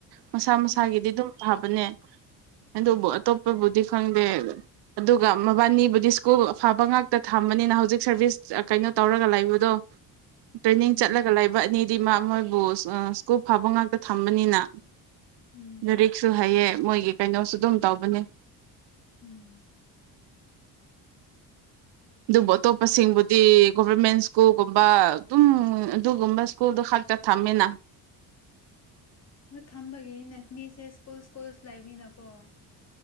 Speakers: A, on the right; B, on the left.
A: ꯃꯁꯥ ꯃꯁꯥꯒꯤꯗꯤ
B: ꯎꯝ
A: ꯑꯗꯨꯝ ꯊꯥꯕꯅꯦ ꯑꯗꯨꯕꯨ ꯑꯇꯣꯞꯄꯕꯨꯗꯤ ꯈꯪꯗꯦ ꯑꯗꯨꯒ ꯃꯕꯥꯅꯤꯕꯨꯗꯤ ꯁ꯭ꯀꯨꯜ ꯐꯕ ꯉꯥꯛꯇ ꯊꯝꯕꯅꯤꯅ ꯍꯧꯖꯤꯛ ꯁꯥꯔꯚꯤꯁ ꯀꯩꯅꯣ ꯇꯧꯔꯒ ꯂꯩꯕꯗꯣ <unintelligible> ꯇ꯭ꯔꯦꯅꯤꯡ
B: ꯎꯝ
A: ꯆꯠꯂꯒ ꯂꯩꯕ ꯑꯅꯤꯗꯤ ꯃꯣꯏꯕꯨ ꯁꯀꯨꯜ ꯐꯕ ꯉꯥꯛꯇ ꯊꯝꯕꯅꯤꯅ
B: ꯎꯝ
A: ꯂꯥꯏꯔꯤꯛꯁꯨ ꯍꯩꯌꯦ ꯃꯣꯏꯒꯤ ꯀꯩꯅꯣꯁꯨ ꯑꯗꯨꯝ ꯇꯧꯕꯅꯦ
B: ꯎꯝ
A: ꯑꯗꯨꯕꯨ ꯑꯇꯣꯞꯄꯁꯤꯡꯕꯨꯗꯤ ꯒꯣꯚꯔꯃꯦꯟ ꯁ꯭ꯀꯨꯜꯒꯨꯝꯕ ꯑꯗꯨꯝ ꯑꯗꯨꯒꯨꯝꯕ ꯁ꯭ꯀꯨꯜꯗ ꯀ ꯊꯥꯝꯃꯦꯅꯥ
B: ꯑ ꯊꯝꯕꯒꯤꯅꯤꯅꯦ ꯃꯤꯁꯦ ꯁ꯭ꯀꯨꯜ ꯁ꯭ꯀꯨꯜ ꯂꯩꯕꯅꯤꯅꯀꯣ